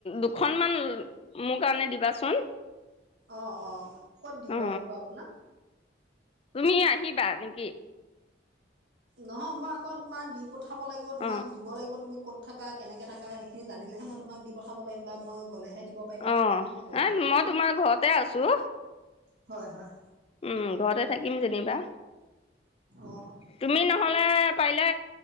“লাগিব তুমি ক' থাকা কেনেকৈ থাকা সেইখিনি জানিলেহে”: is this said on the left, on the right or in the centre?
Right